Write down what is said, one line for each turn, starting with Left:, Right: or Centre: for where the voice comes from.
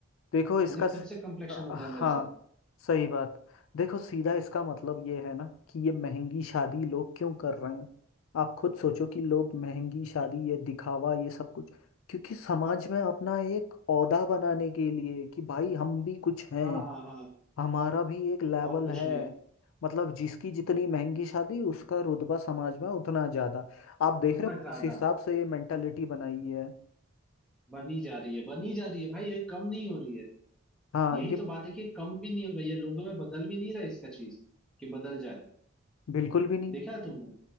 Left: देखो इसका
Centre: उन्हें
Left: स-
Centre: खुद से कम्प्लेक्शन
Left: अ,
Centre: होता
Left: हाँ
Centre: है अंदर से
Left: सही बात देखो सीधा इसका मतलब ये है ना कि ये महंगी शादी लोग क्यों कर रहे हैं आप खुद सोचो कि लोग महंगी शादी ये दिखावा ये सब कुछ क्योंकि समाज में अपना एक ओहदा बनाने के लिए कि भाई हम भी कुछ हैं
Centre: हाँ हाँ हाँ
Left: हमारा भी एक लेवल
Centre: और कुछ
Left: है
Centre: नहीं
Left: मतलब जिसकी जितनी महंगी शादी उसका रुतबा समाज में उतना ज्यादा आप देख
Centre: उतना
Left: रहे हो
Centre: ज्यादा
Left: किस हिसाब से ये मेंटालिटी बनाई है
Centre: बनी जा रही है बनी जा रही है भाई ये कम नहीं हो रही है
Left: हाँ
Centre: यही
Left: ये
Centre: तो बात है कि कम भी नहीं हो रही है लोगों में बदल भी नहीं रहा है इसका चीज कि बदल जाए
Left: बिल्कुल भी नहीं
Centre: देखा है तुमने